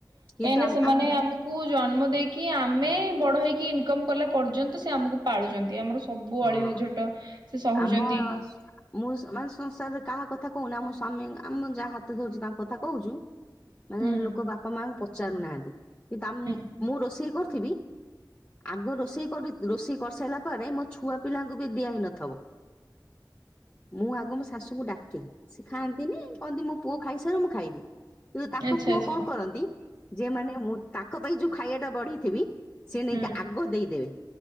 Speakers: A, on the right; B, on the left.
A: <unintelligible>
B: କିନ୍ତୁ
A: କାହିଁନା
B: ଆମ
A: ସେମାନେ
B: ଆମ ହଁ
A: ଆମକୁ ଜନ୍ମ ଦେଇକି ଆମେ ବଡ ହେଇକି ଇନକମ କଲା ପର୍ଯ୍ୟନ୍ତ ସେ ଆମକୁ ଛନ୍ତି ଆମର ସବୁ
B: ହଁ
A: ଅଳି ଅଝଟ ସେ ସହୁଛନ୍ତି।
B: ଆମ <inaudible> ମୁଁ ମାନେ ସଂସାରରେ କାହା କଥା କହୁନି ଆମ ସ୍ୱାମୀ ଆମ ଯାହା ହାତ ଧରୁଚୁ ତାଙ୍କ କଥା କହୁଚୁ ମାନେ
A: ହୁଁ
B: ଲୋକ ବାପା ମାଙ୍କୁ ପଚାରୁନାହାନ୍ତି। କିନ୍ ଆମ୍
A: ହୁଁ
B: ମୁଁ ରୋଷେଇ କରୁଥିବି ଆଗ ରୋଷେଇ କରି ରୋଷେଇ କରିସାରିଲା ପରେ ମୋ ଛୁଆ ପିଲାଙ୍କୁ ବି ଦିଆହୋଇନଥିବ। ମୁଁ ଆଗ ମୋ ଶାଶୁଙ୍କୁ ଡାକେ। ସେ ଖାଆନ୍ତିନି କହନ୍ତି ମୋ ପୁଅ ଖାଇସାରୁ ମୁଁ ଖାଇବି। କିନ୍ତୁ ତାଙ୍କ
A: ଆଚ୍ଛା
B: ପୁଅ
A: ଆଚ୍ଛା।
B: କଣ କରନ୍ତି ଯେ ମାନେ ମୁଁ ତାଙ୍କ ପାଇଁ ଯୋଉ ଖାଇବା ଟା ବଢିଥିବି ସେ
A: ହୁଁ
B: ନେଇକି ଆଗ ଦେଇଦେବେ।